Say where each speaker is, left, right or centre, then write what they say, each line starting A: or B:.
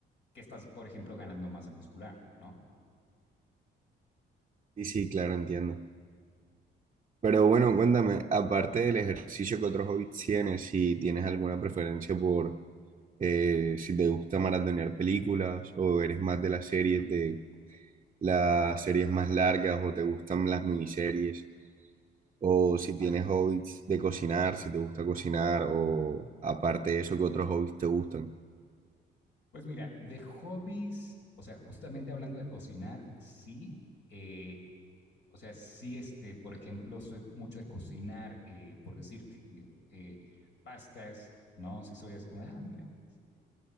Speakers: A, on the left (about 70°); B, on the right (about 30°).
A: que estás, por ejemplo, ganando masa muscular, ¿no?
B: Y sí, claro, entiendo. Pero bueno, cuéntame, aparte del ejercicio, ¿qué otros hobbies tienes? Si tienes alguna preferencia por eh, si te gusta maratonear películas o eres más de las series, de las series más largas o te gustan las miniseries. O si
A: Ajá.
B: tienes hobbies de cocinar, si te gusta cocinar, o aparte de eso, qué otros hobbies te gustan?
A: Pues mira, de hobbies, o sea, justamente hablando de cocinar, sí, eh, o sea, sí, este, por ejemplo, soy mucho de cocinar, eh, por decirte, digo, eh, pastas, ¿no? Sí soy así como, ah, mira, este,